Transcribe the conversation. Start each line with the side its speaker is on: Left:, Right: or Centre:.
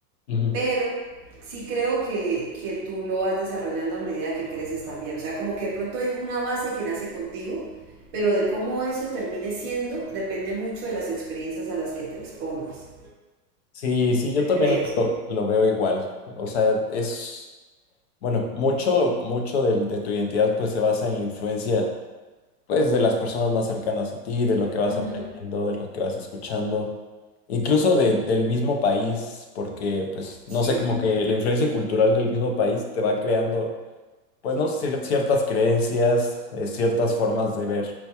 Left: Ujú.
Right: pero sí creo que, que tú lo vas desarrollando a medida que creces también. O sea, como que de pronto hay una base que nace contigo, pero de cómo eso termine siendo depende mucho de las experiencias a las que te expongas.
Left: Sí, sí, yo
Right: ¿Qué
Left: también
Right: crees?
Left: lo, lo veo igual. O sea, es... Bueno, mucho, mucho del- de, tu identidad pues se basa en la influencia pues de las personas más cercanas a ti, de lo que vas
Right: Ujú.
Left: aprendiendo, de lo que vas escuchando, incluso de, del mismo país, porque pues no
Right: Sí.
Left: sé, como que la influencia cultural del mismo país te va creando pues no sé, ciertas creencias, eh, ciertas formas de ver